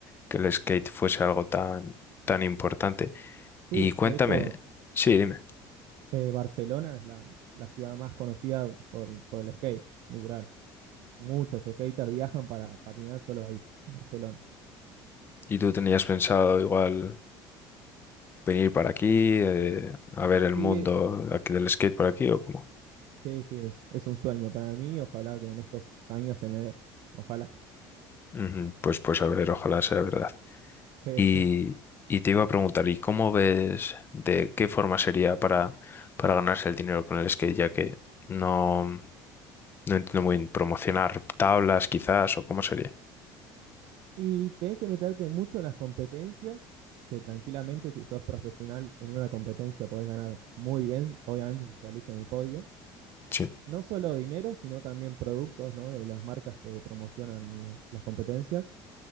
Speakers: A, on the left (about 25°); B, on the right (about 65°).
A: que el skate fuese algo tan, tan importante.
B: Sí,
A: Y cuéntame,
B: de hecho,
A: sí, dime.
B: eh, Barcelona es la, la ciudad más conocida por, por el skate, literal. Muchos skaters viajan para patinar solo ahí, en Barcelona.
A: ¿Y tú tenías pensado igual venir para aquí, eh, a ver el
B: Y
A: mundo
B: eh,
A: aquí del skate por aquí o cómo?
B: sí, sí, es, es un sueño para mí. Ojalá que en estos años se me dé. Ojalá.
A: Ujú, Pues, pues a ver, ojalá sea verdad.
B: Sí,
A: Y,
B: <laughs> sí.
A: y te iba a preguntar, ¿y cómo ves de qué forma sería para, para ganarse el dinero con el skate? Ya que no, no entiendo muy bien, promocionar tablas quizás o cómo sería.
B: Y tenés que meterte mucho en las competencias, que tranquilamente si sos profesional en una competencia podés ganar muy bien, obviamente si salís en el podio.
A: Sí,
B: No solo dinero, sino también productos, ¿no? de las marcas que promocionan lo- las competencias.